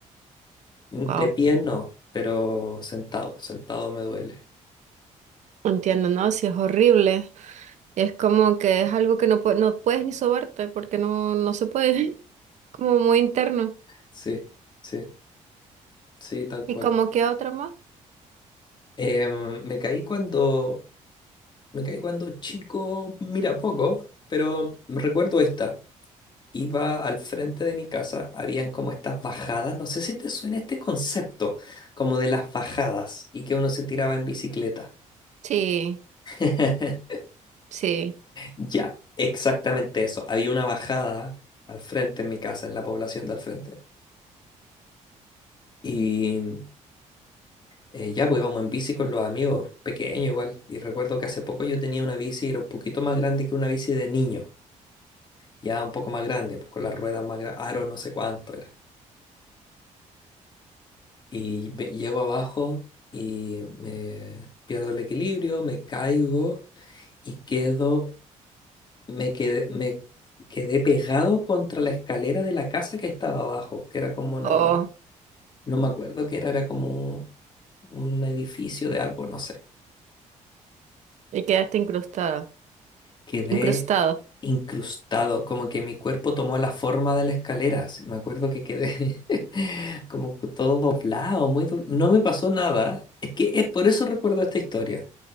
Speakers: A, on the left; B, on the right.
A: Mm,
B: Wow.
A: De pie no, pero sentado, sentado me duele.
B: Entiendo, ¿no? Si es horrible. Es como que es algo que no, pue- no puedes ni sobarte porque no, no se puede. <laughs> Como muy interno.
A: Sí, sí, sí, tal
B: ¿Y
A: cual.
B: como que otro más?
A: Em, me caí cuando, me caí cuando chico, mira poco, pero recuerdo esta. Iba al frente de mi casa, habían como estas bajadas, no sé si te suena este concepto, como de las bajadas y que uno se tiraba en bicicleta.
B: Sí,
A: <laughs>
B: sí.
A: Ya, exactamente eso. Había una bajada al frente en mi casa, en la población de al frente. Y eh, ya, pues íbamos en bici con los amigos, pequeño igual. Y recuerdo que hace poco yo tenía una bici, era un poquito más grande que una bici de niño. Ya un poco más grande, pues, con las ruedas más grandes, aro no sé cuánto era. Y ve- llego abajo y me pierdo el equilibrio, me caigo y quedo me quedé, me quedé pegado contra la escalera de la casa que estaba abajo, que era como una,
B: Oh,
A: no me acuerdo qué era, era como un edificio de algo, no sé.
B: y quedaste incrustado.
A: Quedé
B: Incrustado.
A: incrustado, como que mi cuerpo tomó la forma de la escalera. así, Me acuerdo que quedé <laughs> como que todo doblado, muy do- No me pasó nada. Es que es por eso recuerdo esta historia,